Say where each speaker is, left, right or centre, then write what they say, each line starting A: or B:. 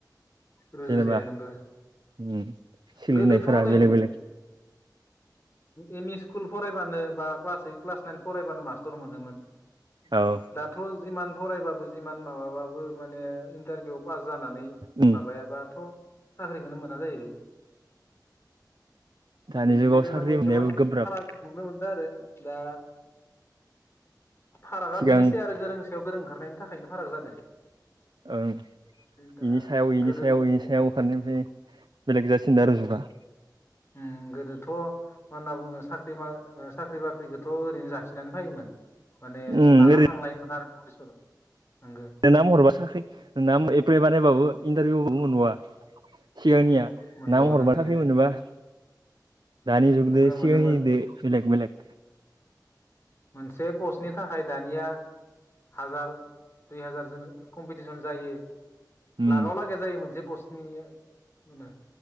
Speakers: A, on the left (about 35°); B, on the right (about 75°).
A: रुजुजाया
B: जेनेबा
A: नोंगो।
B: उम सोलिनायफोरा
A: गोदोथ' नै
B: बेलेग बेलेग
A: एमइ स्कुल फरायबानो, बा क्लास ओइट, क्लास नाइन फरायबानो मास्टर मोनोमोन।
B: औ।
A: दाथ' जिमान फरायबाबो जिमान माबाबाबो माने इन्टारभिउ पास जानानै
B: उम
A: माबायाबाथ' साख्रिखौनो मोना जाहैबाय।
B: दानि
A: बेनिखायनो
B: जुगाव साख्रि
A: माने
B: मोननायाबो
A: गोबां
B: गोब्राब
A: फाराग नुनो मोनदों आरो। दा फारागा
B: सिगां
A: बेनोसै आरो गोरों गोरों ओंखारनायनि थाखायनो फाराग जादों।
B: ओं,
A: दा
B: बेनि सायाव बेनि
A: गोदो
B: सायाव बेनि सायाव खारनायनि ओफ्राय बेलेग जासिनदों आरो जुुगा
A: उ गोदोथ' मा होनना बुङो साख्रि बाख्रिखौथ' ओरैनो जासिनानै फायोमोन। माने
B: उम
A: लानानै
B: ओरैनो
A: थांलायोमोन आरो पुलिसफोरा नंगो।
B: नोंना महरबा साख्रि नोंना एप्लाइ बानायबाबो इन्टारभिउआवबो मोनबावा सिगांनिया
A: मोनबावा
B: ना मबावबा
A: नोंगो
B: मोनोबा दानि जुगदो
A: नोंगो मोनोमोन
B: सिगांनिदो बेलेग-बेलेग
A: मोनसे पस्टनि थाखाय दानिया हाजार, दुइ हाजार जोन कम्पिटिसन जायो।
B: उम
A: लागाव लागै जायो मोनसे बस्तनि होनो।